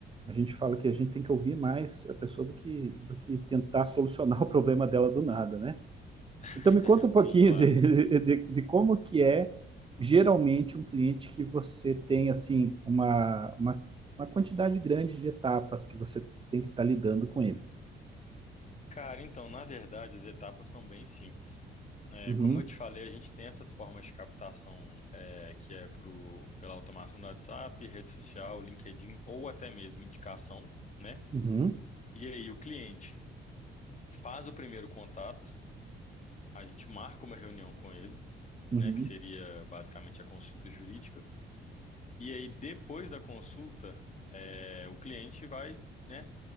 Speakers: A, on the right (about 25°); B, on the left (about 35°).
A: A gente fala que a gente tem que ouvir mais a pessoa do que, do que tentar solucionar <laughs> o problema dela do nada, né?
B: <laughs>
A: Então me conta um
B: sim,
A: pouquinho
B: claro.
A: de, de, de como que é geralmente um cliente que você tem assim uma, uma, uma quantidade grande de etapas que você tem que estar lidando com ele.
B: Cara, então, na verdade, as etapas são bem simples. É,
A: Uhum,
B: como eu te falei, a gente tem essas formas de captação é, que é pro, pela automação do WhatsApp, rede social, LinkedIn ou até mesmo indicação, né?
A: uhum,
B: E aí, o cliente. faz o primeiro contato, a gente marca uma reunião com ele,
A: uhum,
B: né, que seria basicamente a consulta jurídica, e aí depois da consulta, é, o cliente vai, né,